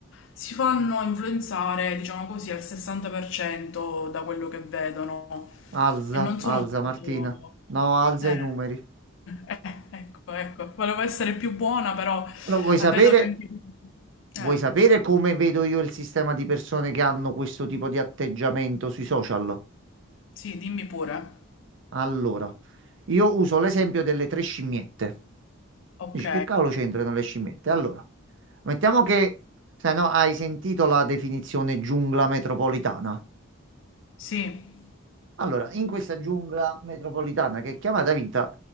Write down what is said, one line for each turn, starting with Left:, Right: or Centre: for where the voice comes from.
Left: si fanno influenzare, diciamo così, al 60% da quello che vedono
Right: Alza,
Left: e non sono
Right: alza,
Left: tutto...
Right: Martina. No, alza
Left: Eh,
Right: i numeri.
Left: eh, ecco, ecco, volevo essere più buona, però eh,
Right: No, vuoi sapere,
Left: vedo che... anche- Eh,
Right: vuoi sapere come vedo io il sistema di persone che hanno questo tipo di atteggiamento sui social?
Left: sì, dimmi pure.
Right: Allora, io uso l'esempio delle tre scimmiette.
Left: Ok,
Right: Dici, che cavolo c'entrano le scimmiette? Allora, mettiamo che, se no, hai sentito la definizione giungla metropolitana.
Left: sì,
Right: Allora, in questa giungla metropolitana che è chiamata vita,